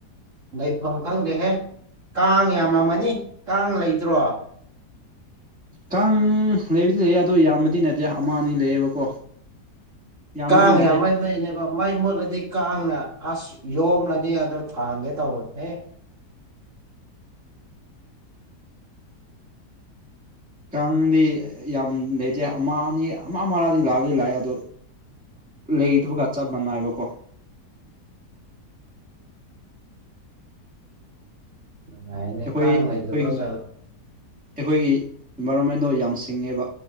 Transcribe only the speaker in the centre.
ꯀꯥꯡ ꯂꯩꯕꯨꯗꯤ ꯂꯩꯌꯦ ꯑꯗꯨꯗ ꯌꯥꯝꯕꯗꯤ ꯅꯠꯇꯦ ꯑꯃ ꯑꯅꯤ ꯂꯩꯌꯦꯕꯀꯣ ꯌꯥꯝꯕꯗꯤ
ꯅꯠꯇꯦ
ꯀꯥꯡꯗꯤ ꯌꯥꯝ ꯂꯩꯇꯦ ꯑꯃ ꯑꯅꯤ ꯑꯃ ꯃꯥꯗꯤ ꯂꯥꯛꯑꯗꯤ ꯂꯥꯛꯑꯦ ꯑꯗꯣ ꯂꯩꯗꯨꯕꯒ ꯆꯞ ꯃꯥꯅꯥꯏꯕꯀꯣ
ꯑꯩꯈꯣꯏ
ꯑꯩꯈꯣꯏꯒꯤ
ꯑꯩꯈꯣꯏꯒꯤ ꯏꯟꯚꯥꯏꯔꯣꯟꯃꯦꯟꯗꯣ ꯌꯥꯝ ꯁꯤꯡꯉꯦꯕ